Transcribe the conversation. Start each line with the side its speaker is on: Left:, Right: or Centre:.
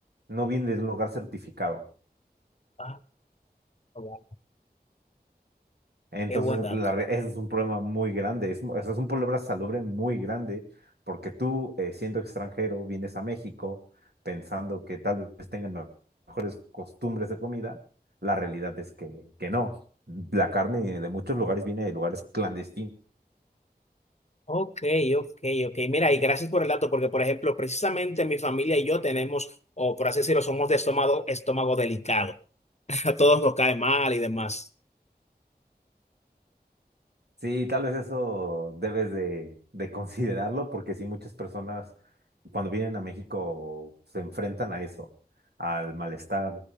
Right: no viene de un lugar certificado.
Left: Ah, wow,
Right: Entonces,
Left: qué buen dato.
Right: la, re- ese es un problema muy grande, es, mu- o sea, es un problema salubre muy grande, porque tú, eh, siendo extranjero, vienes a México pensando que tal vez tengan me- mejores costumbres de comida, la realidad es que, que no. La carne de muchos lugares viene de lugares clandestinos.
Left: Ok, ok, ok. Mira, y gracias por el dato, porque por ejemplo, precisamente mi familia y yo tenemos, o por así decirlo, somos de estómago, estómago delicado. <laughs> A todos nos cae mal y demás.
Right: Sí, tal vez eso debes de, de considerarlo, porque sí, muchas personas cuando vienen a México se enfrentan a eso, al malestar